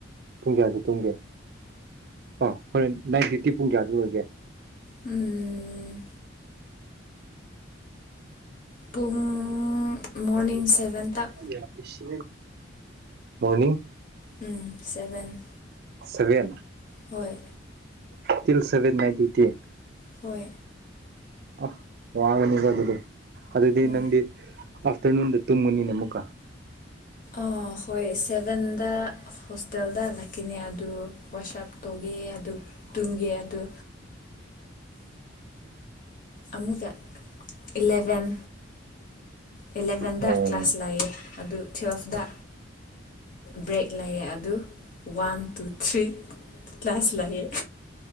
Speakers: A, on the right; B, on the left.
A: ꯄꯨꯡ ꯀꯌꯥꯗꯨ ꯇꯨꯝꯒꯦ ꯑꯣ ꯍꯣꯔꯦꯟ ꯅꯥꯏꯟ ꯐꯤꯇꯤ ꯄꯨꯡ ꯀꯌꯥꯗꯨ ꯂꯣꯏꯒꯦ
B: ꯎꯝ ꯄꯨꯡ ꯃꯣꯔꯅꯤꯡ
A: ꯎꯝ
B: ꯁꯚꯦꯟ ꯇꯛ
A: <unintelligible> ꯁꯤ ꯃꯣꯅꯤ
B: ꯎꯝ ꯁꯚꯦꯟ
A: ꯁꯚꯦꯟ
B: ꯍꯣꯏ
A: ꯇ ꯁꯚꯦꯟ ꯅꯥꯏꯟꯇꯤ ꯇ
B: ꯍꯣꯏ
A: ꯑ ꯋꯥꯉꯅꯤ ꯀ ꯑꯗꯨꯗꯤ ꯑꯗꯨꯗꯤ
B: ꯍꯣꯏ
A: ꯅꯪꯗꯤ ꯑꯥꯐꯇꯔꯅꯨꯟꯗ ꯇꯨꯝꯒꯨꯅꯤꯅ ꯑꯃꯨꯛꯀꯥ
B: ꯑ ꯍꯣꯏ ꯁꯚꯦꯟꯗ ꯍꯣꯇꯦꯜꯗꯜꯂꯛꯈꯤꯅꯦ ꯑꯗꯨ ꯋꯥꯁꯑꯞ ꯇꯧꯈꯤ ꯑꯗꯨ ꯇꯨꯡꯒꯦ ꯑꯗꯨ ꯑꯃꯨꯛꯀ ꯏꯂꯦꯚꯦꯟ ꯑꯦꯂꯚꯦꯟꯗ
A: ꯑꯣ
B: ꯀ꯭ꯂꯥꯁ ꯂꯥꯛꯑꯦ ꯑꯗꯨ ꯇꯨꯋꯦꯜꯐꯇ ꯕ꯭ꯔꯦꯛ ꯂꯩꯑꯦ ꯑꯗꯨ ꯋꯥꯟ ꯇꯨ ꯊ꯭ꯔꯤ ꯀ꯭ꯂꯥꯁ ꯂꯩꯌꯦꯦ